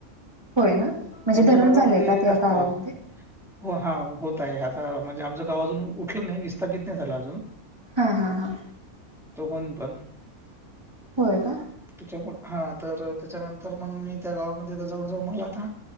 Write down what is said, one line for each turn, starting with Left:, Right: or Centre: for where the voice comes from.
Right: होय ना म्हणजे
Centre: तुमच्या
Right: धरण
Centre: भागामध्ये
Right: झालंय का त्या
Centre: जास्त
Right: गावामध्ये
Centre: हाय हो हा. होत आहे आता म्हणजे, आमचं गाव अजून उठलं नाही विस्थापित नाही झालं अजून.
Right: हा हा हा.
Centre: तो <unintelligible>
Right: होय का?
Centre: त्याच्यामुळे हा तर त्याच्यानंतर मग मी त्या गावामध्ये जवळ जवळ मला आता